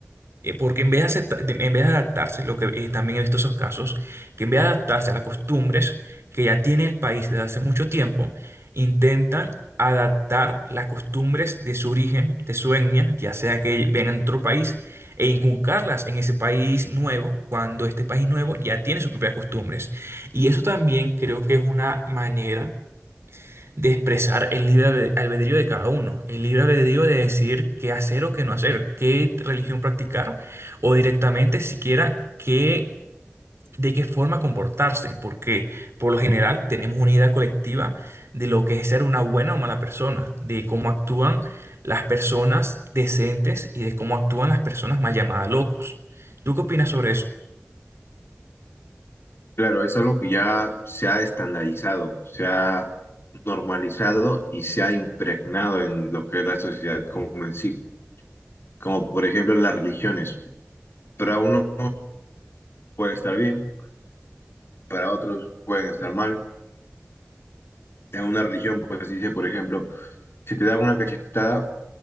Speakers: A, on the right; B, on the left.
A: Eh, porque en vez de, acepta- de- en vez de adaptarse, lo que eh, también he visto esos casos, que en vez de adaptarse a las costumbres que ya tiene el país desde hace mucho tiempo, intentan adaptar las costumbres de su origen, de su etnia, ya sea que vengan de otro país, e inculcarlas en ese país nuevo, cuando este país nuevo ya tiene sus propias costumbres. Y eso también creo que es una manera de expresar el libre albe- albedrío de cada uno, el libre albedrío de decidir qué hacer o qué no hacer, qué religión practicar o directamente siquiera qué, de qué forma comportarse, porque por lo general tenemos una idea colectiva de lo que es ser una buena o mala persona, de cómo actúan las personas decentes y de cómo actúan las personas mal llamadas locos. ¿Tú qué opinas sobre
B: Claro, es algo que ya se ha estandarizado, se ha normalizado y se ha impregnado en lo que es la sociedad como en sí, como por ejemplo las religiones. Para unos puede estar bien, para otros pueden estar mal. En una religión, pues dice, por ejemplo, si te dan una cachetada,